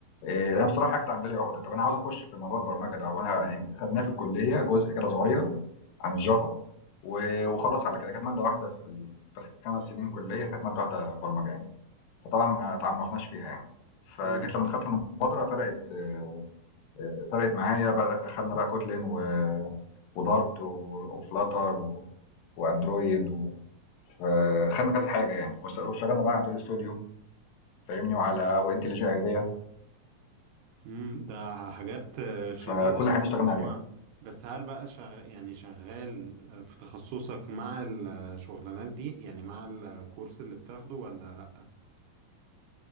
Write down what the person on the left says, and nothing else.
آه، انا بصراحه كانت عامله لي عقده طب انا عاوز اخش في موضوع البرمجه ده وانا يعني خدناه في الكليه جزء كده صغير عن الجافا و- وخلاص على كده كانت ماده واحده في ال- في الخمس سنين كليه كانت ماده واحده برمجه يعني فطبعا ما تعمقناش فيها يعني فجيت
لما دخلت المبادره فرقت آه، فرقت معايا بقى اخدنا بقى كوتلين و... ودارت و- وفلاتر و... واندرويد و... فخدنا كذا حاجه يعني واشتغلنا بقى على اندرويد ستوديو فاهمني وعلى وانتليجي ايديا
فكل
حاجه اشتغلنا
عليها